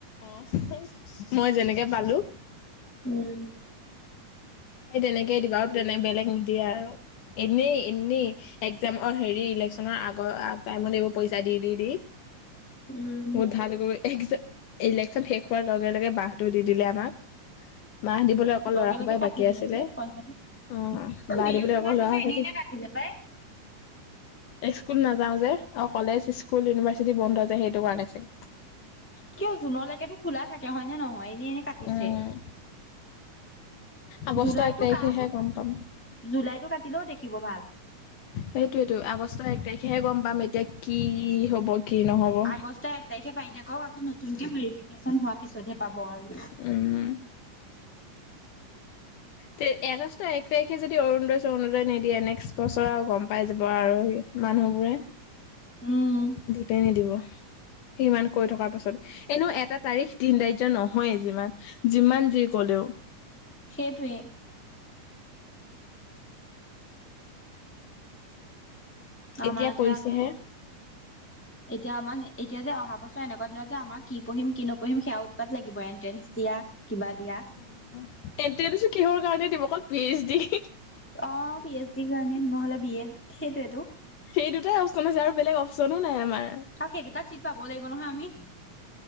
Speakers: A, on the left; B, in the centre.
A: অহ, মই যেনেকে পালোঁ।
B: উম।
A: এই তেনেকে দিবা আৰু তেনেকে বেলেগ নিদিয়ে আৰু এনেই এনেই একজামৰ হেৰি ইলেকশ্যনৰ আগৰ টাইমত এই পইচা দি দি দি
B: উম
A: বহুত ভাল কৈ এক ইলেক্যন শেষ হোৱাৰ লগে লগে বাহটো দি দিলে আমাক <unintelligible> বাঁহ দিবলৈ অকল
B: লগে
A: লৰা খুপাই
B: লগে কাটি
A: বাকী
B: দিলে
A: আছিলে
B: যে পইচাটো
A: অ
B: মে
A: বাঁহ দিবলৈ
B: জুনৰটো
A: অকল লৰা
B: যে এনে
A: <unintelligible>
B: এনে কাটিলে পাই।
A: স্কুল নাযাওঁ যে। অ কলেজ, স্কুল, ইউনিভাৰ্চিটি বন্ধ যে সেইটো কাৰণে চাগে।
B: কিয় জুনলেকেটো খোলা থাকে। হয় ন নহয়? এনে এনে কাটিছে।
A: উম আগষ্ট
B: জুলাইটো
A: এক তাৰিখেহে
B: কাট।
A: গম পাম
B: জুলাইটো কাটিলেও দেখিব ভাল।
A: সেইটোৱেটো আগষ্টৰ এক তাৰিখ হে গম পাম এতিয়া কি হ'ব, কি নহ'ব?
B: আগষ্টৰ এক তাৰিখে পাৰিলে আকৌ নতুনকে ভেৰিফিকেচন হোৱাৰ পিছতহে পাব আৰু।
A: উম। তে এগষ্ট এক তাৰিখে যদি অৰুণোদয়-চৰুণোদয় নিদিয়ে, নেক্সট বছৰ আৰু গম পাই যাব আৰু সি। মানুহবোৰে
B: উম
A: ভোটেই নিদিব।
B: <unintelligible>
A: সিমান কৈ থকাৰ পাছত এনেও এটা তাৰিখ দিন ধাৰ্য নহয়ে যিমান যিমান যি ক'লেও
B: সেইটোৱে। আমাৰ
A: এতিয়া কৰিছেহে
B: যে আকৌ এতিয়া আমানে এতিয়া যে অহা বছৰ এনেকুৱা দিনত যে আমাক কি পঢ়িম কি নপঢ়িম সেয়া উৎপাত লাগিব এণ্ট্ৰেন্স দিয়া। কিবা দিয়া
A: অহ, এন্টেচটো কিহৰ কাৰণে দিম অকল পি এছ দি হিহি
B: অ পি এছ ডিৰ কাৰণে নহ'লে বি এট সেইটোৱেটো
A: সেই দুটাই অপচন আছে আৰু বেলেগ অপচনো নাই আমাৰ
B: আৰু সেই দুটা চিত পাব লাগিব নহয় আমি